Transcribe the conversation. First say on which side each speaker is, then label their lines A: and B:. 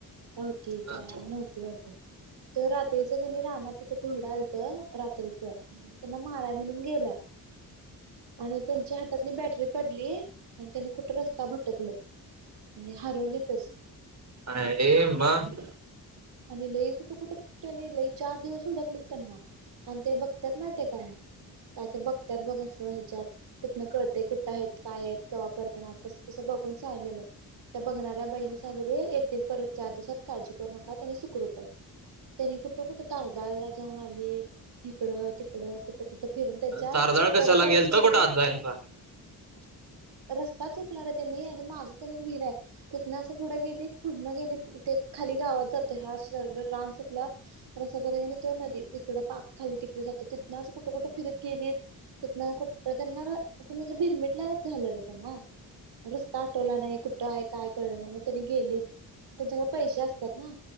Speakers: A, on the right; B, on the right.
A: नव्हती.
B: हा.
A: नव्हती वाटतं रात्रीच क राहना तिथं घोडा आलत रात्रीच म् त्यांना माराय म्हणून गेलं आणि त्यांच्या हात त्यातली बॅटरी पडलीय आणि त्यानी कुठे रस्ता भटकलात. आणि हरवलीत च.
B: हे मग
A: आणि लई कुठं कुठं त्याने लई चार दिवस उडकलीत त्यांना. आणि ते बघतात ना ते काय काय तर बघतात बघ अस ह्याच्यात. तिथनं कळते कुठं आहेत काय आहेत क वापरते ना तसं तसं बघून सांगितलेल. त्या बघणाऱ्या बाईणी सांगले येतील परत चार दिवसात चार दिवसात काळजी करू नका. का त्यानी सुखरूप आहेत. त्यानी कुठं कुठ तारदाळला जाऊन आलीत. इकडं तिकडं, कुठं कुठं फिरून त्यांच्या
B: तारदाळ कशाला
A: परत आलेत
B: गेलता
A: कनी
B: कुठं आज यांचा <unintelligible> <inaudible>
A: रस्ता चुकला रे त्यांनी आणि मागं ख एक विहीर आहे तिथनं असं पुढं गेली पुढन गेली ते खाली गावा ह सर रानस संपल्यावर रस्ता जात क त नदी तिकड पाक खाली तिकडे तिनच कुठ कठ फिर केली तिथन कुठ त्यांना असं म्हणजे भिरमिटल्याच झालं रे त्यांना. रस्ता आठवला नाही कुठं आहे काय कळलं नाही मग त्यांनी गेलीत त्यांच्याकडे पैसे असतात ना.